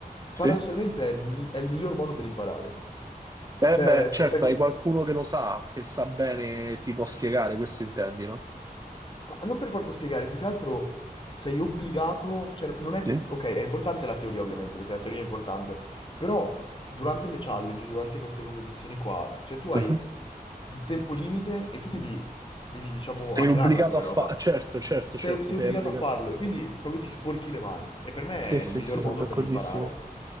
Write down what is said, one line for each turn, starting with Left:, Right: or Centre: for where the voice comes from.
Right: sì.
Left: paradossalmente è il, mi- è il miglior modo per imparare.
Right: Eh
Left: Cioè,
Right: beh, certo,
Left: fa- fai, co-
Right: hai qualcuno che lo sa, che sa bene, ti può spiegare, questo intendi, no?
Left: Ma non per forza spiegare, più che altro sei obbligato, cioè non è,
Right: Sì.
Left: ok, è importante la teoria ovviamente, perché la teoria è importante, però durante le challenge, durante queste competizioni qua, cioè tu hai
Right: Mhm.
Left: un tempo limite e tu devi, devi diciamo,
Right: Sei
Left: hackerarla
Right: obbligato
Left: quella
Right: a fare...
Left: roba.
Right: Certo, certo,
Left: Sei,
Right: certo,
Left: sei
Right: sei
Left: obbligato
Right: obbligato.
Left: a farlo e quindi proprio ti sporchi le mani. E per me
Right: Sì, sì,
Left: è il miglior
Right: sì, sono
Left: modo
Right: d'accordissimo.
Left: per imparare.